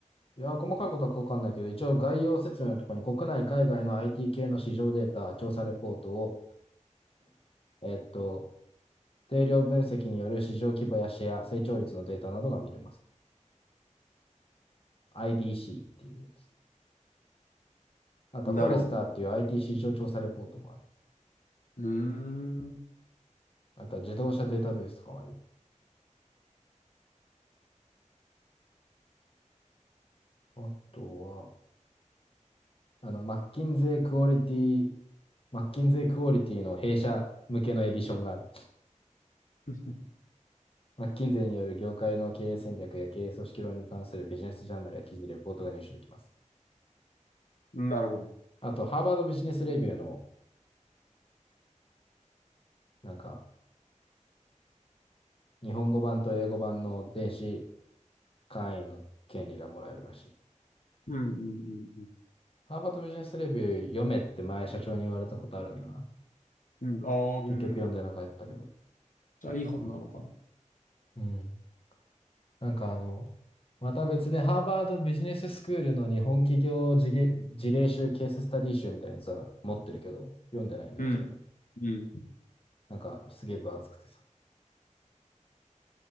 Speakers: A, on the left; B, on the left.
A: いや、細かいことはわかんないけど、一応概要説明のところに国内、海外の IT 系の市場データ、調査レポートを、えっと、定量分析による市場規模やシェア、成長率のデータなどが見れます。IDC っていうやつ。あと、
B: なるほど。
A: フォレスターっていう IT 市場調査レポートもある。
B: うーん。
A: あとは自動車データベースとかもある。あとは、あの、マッキンゼークオリティ、マッキンゼークオリティの弊社向けのエディションがある。
B: <laughs>
A: マッキンゼーによる業界の経営戦略や経営組織論に関するビジネスジャーナルや記事、レポートが入手できます。
B: なるほど。
A: あと、ハーバードビジネスレビューの、なんか、日本語版と英語版の電子会員の権利がもらえるらしい。
B: うん、うん、うん、
A: ハーバードビジネスレビュー読めって前社長に言われたことあるんよな。
B: うん。うん、あー、
A: 結局読んでなかったけど。
B: うんじゃあいい本なのかな。
A: うん。なんかあの、また別でハーバードビジネススクールの日本企業事例事例集、ケーススタディ集みたいなやつは持ってるけど、読んでないんだよな、
B: うん、
A: それも。
B: うん。
A: なんか、すげえ分厚くてさ。